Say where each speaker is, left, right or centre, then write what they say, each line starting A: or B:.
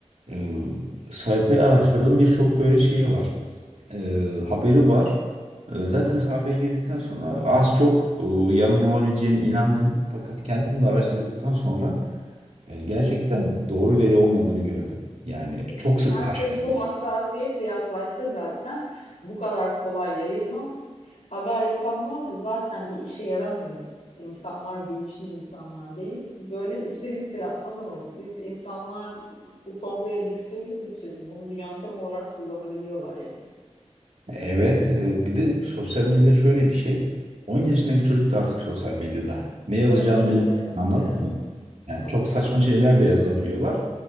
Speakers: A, on the right; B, on the left.
A: Ee, sayfayı araştırdım birçok böyle şeyi var e, haberi var. E, zaten sahaya girdikten sonra az çok e, yalan olabileceğine inandım. Fakat kendim de araştırdıktan sonra e, gerçekten doğru veri olmadığını gördüm. Yani
B: Tabii.
A: çok sık
B: Herkes
A: karşıma geliyor.
B: bu hassasiyetle yaklaşsa zaten bu kadar kolay yayılmaz. Haber yapanlar da zaten bir işe yaramıyor. İnsanlar bilinçli insanlar değil. Böyle içerik de yapmaz ama biz insanlar bu tongaya düştüğümüz için bunu bir yöntem olarak kullanabiliyorlar yani.
A: Evet, e, bir de sosyal medya şöyle bir şey. on yaşındaki çocuk da artık sosyal medyada. Ne yazacağını
B: Evet,
A: bilemezsin
B: evet,
A: anladın
B: evet.
A: mı? Yani
B: Çok
A: çok
B: çok.
A: saçma şeyler de yazabiliyorlar.